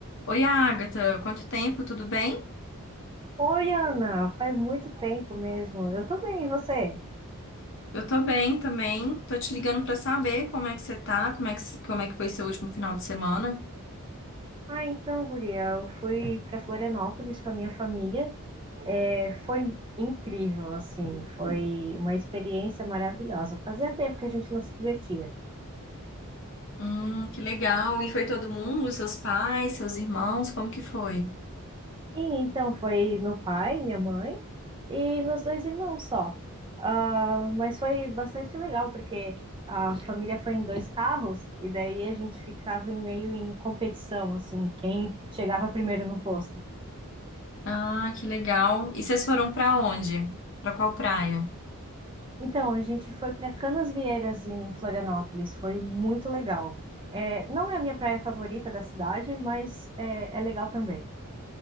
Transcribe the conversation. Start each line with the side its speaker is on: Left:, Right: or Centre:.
Left: Oi, Agatha, quanto tempo? Tudo bem?
Right: Oi, Ana, faz muito tempo mesmo. Eu tô bem, e você?
Left: Eu tô bem também. Tô te ligando pra saber como é que você tá, como é que, como é que foi seu último final de semana.
Right: Ah, então, guria, eu fui para Florianópolis com a minha família. É, foi incrível, assim, foi uma experiência maravilhosa. Fazia tempo que a gente não se divertia.
Left: Hum, que legal. E foi todo mundo? Seus pais, seus irmãos? Como que foi?
Right: Sim, então foi meu pai, minha mãe e meus dois irmãos só. Ah, mas foi bastante legal, porque a família foi em dois carros e daí a gente ficava em meio em competição, assim, quem chegava primeiro no posto.
Left: Ah, que legal. E vocês foram pra onde? Pra qual praia?
Right: Então, a gente foi para Canasvieiras, em Florianópolis. Foi muito legal. É, não é a minha praia favorita da cidade, mas é, é legal também.